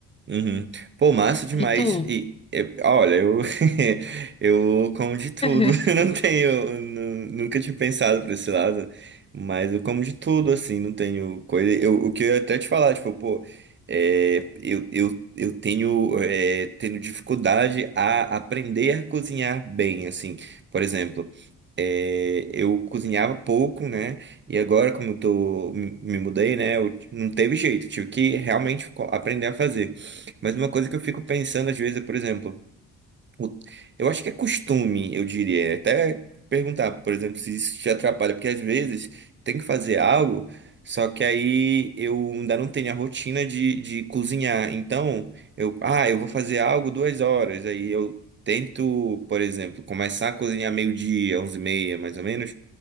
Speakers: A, on the right; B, on the left.
A: uhum. Pô, massa demais.
B: E tu?
A: E eu- olha, eu, <laughs> eu como de tudo.
B: <laughs>
A: <laughs> Eu não tenho, eu nu- nunca tinha pensado por esse lado, mas eu como de tudo, assim, não tenho coisa. Eu, o que eu ia até te falar, tipo, pô, é, eu, eu, eu tenho, é, tenho dificuldade a aprender a cozinhar bem, assim. Por exemplo. É, eu cozinhava pouco, né? E agora, como eu tô, me me mudei, né? Eu t- não teve jeito, tive que realmente co- aprender a fazer. Mas uma coisa que eu fico pensando às vezes é, por exemplo, o- Eu acho que é costume, eu diria. É Até perguntar, por exemplo, se isso te atrapalha, porque às vezes tem que fazer algo, só que aí eu ainda não tenho a rotina de, de cozinhar. Então, eu, ah, eu vou fazer algo duas horas. Aí eu tento, por exemplo, começar a cozinhar meio-dia, onze e meia, mais ou menos.